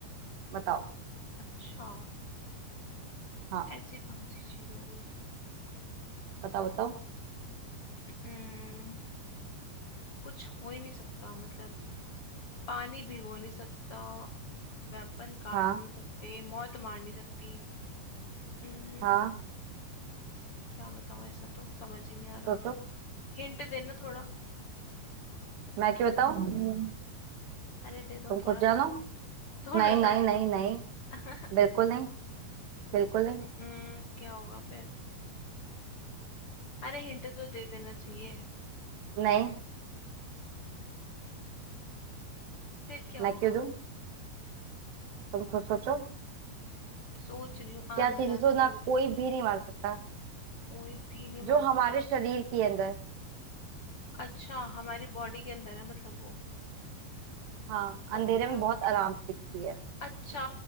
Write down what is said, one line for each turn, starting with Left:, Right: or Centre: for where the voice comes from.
Right: बताओ
Left: अच्छा
Right: हाँ
Left: ऐसी कौन सी चीज हो गई
Right: बताओ बताओ
Left: हम्म, कुछ हो ही नहीं सकता मतलब पानी भिगो नहीं सकता वेपन काट
Right: हाँ
Left: नहीं सकते मौत मार नहीं सकती हम्म,
Right: हाँ
Left: क्या बताऊं ऐसा तो समझ ही नहीं आ रहा
Right: सोचो
Left: हिंट देना थोड़ा
Right: मैं क्यों बताऊँ हम्म।
Left: अरे दे दो
Right: तुम खुद
Left: थोड़ा
Right: जानो
Left: सा दो <laughs> थोड़ा
Right: नहीं
Left: सा
Right: नहीं
Left: हिंट
Right: नहीं नहीं
Left: <laughs>
Right: बिल्कुल नहीं बिल्कुल नहीं
Left: क्या होगा फिर अरे हिंट तो दे देना चाहिए
Right: नहीं
Left: फिर क्या
Right: मैं
Left: होगा
Right: क्यों दूं तुम खुद सोचो
Left: सोच रही हूँ आ
Right: क्या
Left: नहीं
Right: चीज
Left: रहा
Right: जिसको
Left: तभी
Right: ना
Left: तक
Right: कोई भी नहीं मार सकता
Left: कोई भी नहीं
Right: जो
Left: मार सकता
Right: हमारे शरीर के अंदर
Left: अच्छा हमारी बॉडी के अंदर है मतलब वो
Right: हाँ अंधेरे
Left: Okay
Right: में
Left: okay
Right: बहुत आराम से दिखती है
Left: अच्छा